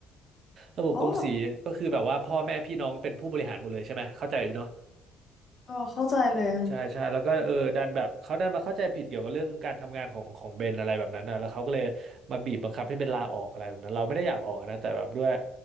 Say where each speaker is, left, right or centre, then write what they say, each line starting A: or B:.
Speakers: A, on the right; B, on the left.
A: ระบบกงสีก็คือแบบว่าพ่อแม่พี่น้องเป็นผู้บริหารหมดเลยใช่ไหมเข้าใจเนาะ
B: อ๋อเออเข้าใจเลย
A: ใช่ใช่แล้วก็เออดันแบบเขาดันมาเข้าใจผิดเกี่ยวกับเรื่องการทำงานของของเบนอะไรแบบนั้นนะแล้วเขาก็เลยมาบีบบังคับให้เบนลาออกอะไรแบบนั้นเราไม่ได้อยากออกนะแต่แบบด้วย